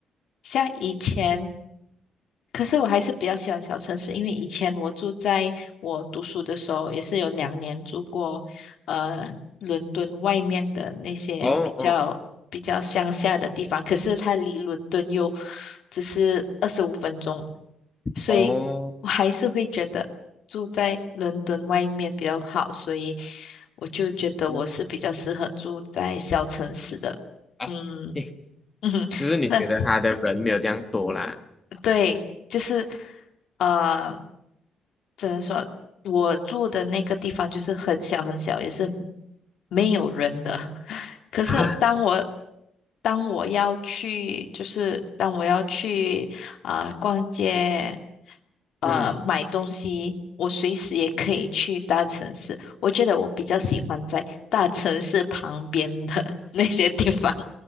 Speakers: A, on the left; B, on the left.
A: 像以前。可是我还是比较喜欢小城市，因为以前我住在我读书的时候，也是有两年住过，呃，伦敦外面的那些比较比较乡下的地方，
B: 哦哦
A: 可是它离伦敦又只是二十五分钟，所以我还是会觉得住在伦敦外面比较好，
B: 哦，
A: 所以我就觉得我是比较适合住在小城市的，
B: 嗯啊，
A: 嗯。
B: 嘿
A: <laughs> 嗯那
B: 就是你觉得他的人没有这样多啦
A: 对，就是呃，怎么说？我住的那个地方就是很小很小，也是没有人的。<laughs> 可是当我
B: 啊？
A: 当我要去，就是当我要去啊、呃逛街，呃买东西，
B: 嗯
A: 我随时也可以去大城市。我觉得我比较喜欢在大城市旁边的 <laughs> 那些地方。